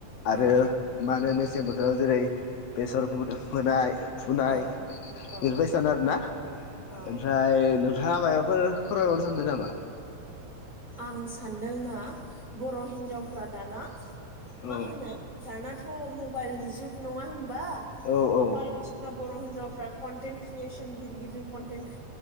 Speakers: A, on the right; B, on the left.
A: औ
B: आरो मा होनो मेसें बोथोराव जेरै बेसर। फोनाय फुनाय
A: औ औ
B: बेफोर बायसानो आरोना
A: औ
B: ओमफ्राय नों थाङा मायबाफोर फोरमाय बावनो सानदों नामा
A: आं सानदों मा बर' हिन्जावफ्रा दाना
B: औ
A: मा होनो दानाथ' मबाइलनि जुग नङा होमबा
B: औ औ
A: बायदिसिना बर' हिन्जावफ्रा कन्टेन्ट क्रियेसन गिदिर गिदिर कन्टेन्ट